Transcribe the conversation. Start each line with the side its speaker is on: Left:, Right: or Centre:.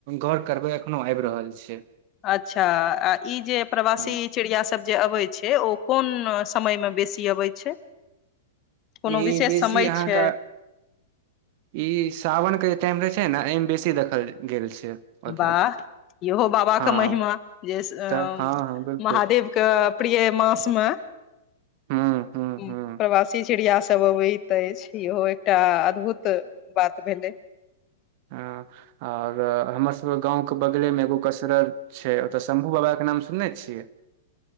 Right: गौर करबै एखनो आबि रहल छै
Left: अच्छा आ ई जे प्रवासी
Right: हँ
Left: चिड़िया सब जे अबै छै ओ कोन समय मे बेसी अबै छै कोनो
Right: ई
Left: विशेष
Right: बेसी
Left: समय
Right: अहाँके
Left: छै
Right: ई सावनक के जे टाइम रहे छै ने एहिमे बेसी देखल गेल छै मतलब
Left: वाह इहो बाबा
Right: हँ
Left: क महिमा जेस अ
Right: तऽ हँ हँ बिलकुल
Left: महादेवके प्रिय मासमे
Right: हूँ हूँ
Left: प्रवासी
Right: हूँ
Left: चिड़िया सब अबैत अछि इहो एकटा अद्भुत तऽ बात भेलै
Right: आ ओर हमरसभके गाँवके बगलेमे एगो कसरत छै ओतय शम्भू बाबाके नाम सुनने छियै